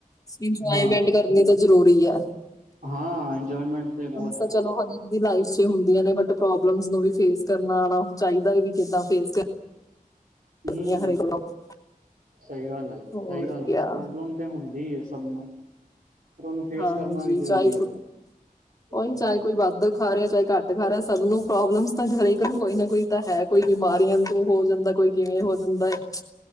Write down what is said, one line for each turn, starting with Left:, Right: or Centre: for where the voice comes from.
Left: ਇੰਜੋਏਮੈਂਟ
Right: ਹਾਂ
Left: ਕਰਨੀ ਤਾਂ ਜ਼ਰੂਰੀ ਆ
Right: ਹਾਂ ਇੰਜੋਏਮੈਂਟ ਤੇ ਬਹੁਤ
Left: ਤਾਂ ਚਲੋ ਹਰੇਕ ਦੀ ਲਾਈਫ ਚ ਹੁੰਦੀਆਂ ਨੇ ਬਟ ਪ੍ਰੋਬਲਮ ਨੂੰ ਵੀ ਫੇਸ ਕਰਨਾ ਆਉਣਾ ਚਾਹੀਦਾ ਵੀ ਕਿੱਦਾਂ ਫੇਸ ਕਰਨੀਆਂ
Right: ਹੂੰ
Left: ਹਰੇਕ ਨੂੰ
Right: ਸਹੀ ਗੱਲ ਆ ਜੀ ਸਹੀ
Left: ਹੋਰ
Right: ਗੱਲ
Left: ਕਿਆ
Right: ਆ ਪ੍ਰੋਬਲਮ ਤੇ ਹੁੰਦੀ ਹੈ। ਨੂੰ ਪਰ ਉਹਨੂੰ ਫੇਸ
Left: ਹਾਂਜੀ
Right: ਕਰਨਾ ਵੀ ਜ਼ਰੂਰੀ
Left: ਚਾਹ
Right: ਹੈ
Left: ਕੋ ਉਹੀ
Right: ਹਮ
Left: ਚਾਹ ਏ ਕੋਈ ਵੱਧ ਖਾ ਰਿਹਾ ਚਾਹੇ ਘੱਟ ਖਾ ਰਿਹਾ ਸਭ ਨੂੰ ਪ੍ਰੋਬਲਮਸ ਤਾਂ ਹਰੇਕ ਨੂੰ ਕੋਈ ਨਾ ਕੋਈ ਤਾਂ ਹੈ ਕੋਈ ਬਿਮਾਰੀਆਂ ਤੋਂ ਹੋ ਜਾਂਦਾ ਕੋਈ ਕਿਵੇਂ ਹੋ ਜਾਂਦਾ ਹੈ।